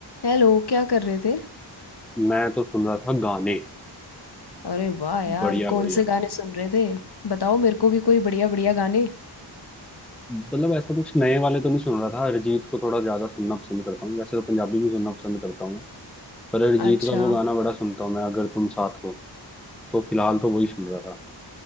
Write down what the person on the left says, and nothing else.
हेलो क्या कर रहे थे
अरे वाह यार
कौन
से गाने सुन रहे थे बताओ मेरे को भी कोई बढ़िया बढ़िया गाने
अच्छा